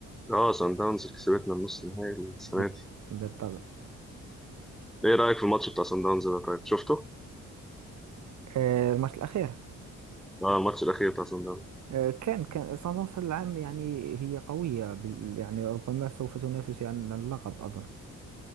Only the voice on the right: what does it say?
بال-
بالطبع
آه، الماتش الأخير
آه، كان كان صن داونز هذا العام يعني هي قوية بال- يعني ربما سوف تنافس يعني على اللقب أظن